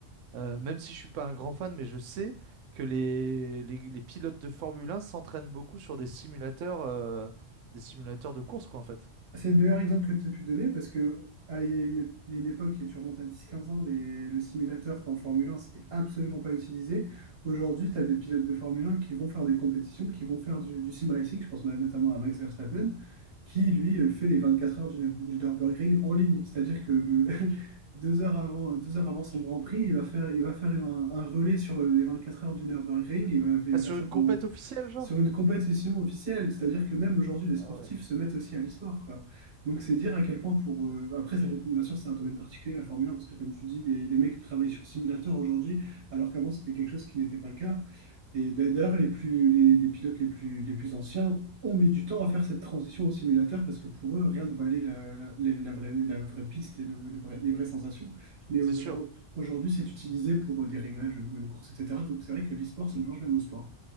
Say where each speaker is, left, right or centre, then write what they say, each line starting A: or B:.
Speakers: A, on the right; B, on the right.
A: euh, même si je suis pas un grand fan, mais je sais que les, les, les pilotes de Formule 1 s'entraînent beaucoup sur des simulateurs, euh, des simulateurs de course, quoi, en fait.
B: C'est le meilleur exemple que tu as pu donner parce que ah, il y a une, ép- il y a une époque, et tu remontes à 10-15 ans, les, le simulateur qu'en Formule 1, c'était absolument pas utilisé. Aujourd'hui, tu as des pilotes de Formule 1 qui vont faire des compétitions, qui vont faire du, du sim racing. Je pense ma- notamment à Max Verstappen, qui lui euh, fait les 24 heures du, Nür- du Nürburgring en ligne. C'est-à-dire que euh, <laughs> deux heures avant, deux heures avant son Grand Prix, il va faire, il va faire un, un relais sur euh, les 24 heures du Nürburgring. Il va, il
A: Ah,
B: va
A: sur
B: faire ça
A: une
B: pendant
A: compète officielle, genre?
B: sur une compétition officielle. C'est-à-dire que même aujourd'hui, les sportifs
A: Ah ouais,
B: se mettent aussi à l'e-sport, quoi. Donc, c'est dire à quel point pour... euh, Après, ça dépend, bien sûr, c'est un domaine particulier, la Formule 1, parce que comme tu dis, les, les mecs travaillent sur simulateur aujourd'hui, alors qu'avant, c'était quelque chose qui n'était pas le cas. Et là, d'ailleurs, les plus, les, les pilotes les plus, les plus anciens ont mis du temps à faire cette transition au simulateur, parce que pour eux, rien ne valait la, la, la- la vraie, la vraie piste et le, le vrai- les vraies sensations. Mais
A: c'est
B: aujourd'hui,
A: sûr.
B: aujourd'hui, c'est utilisé pour euh, des réglages euh, de course, etc. Donc, c'est vrai que l'e-sport se mélange même au sport.